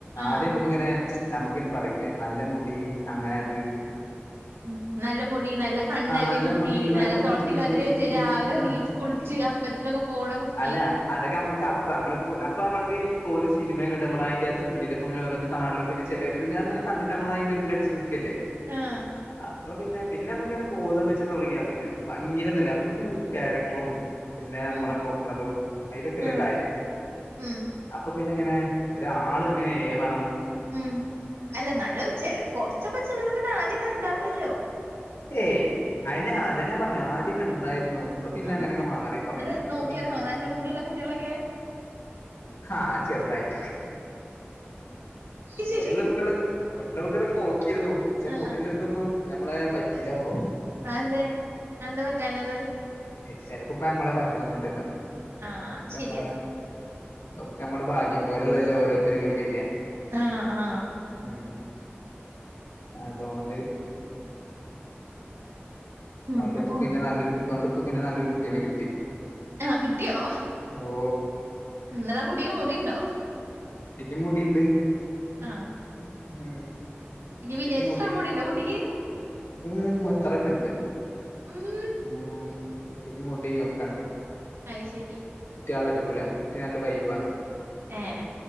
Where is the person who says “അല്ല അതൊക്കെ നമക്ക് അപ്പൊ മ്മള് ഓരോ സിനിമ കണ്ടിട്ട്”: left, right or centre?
Left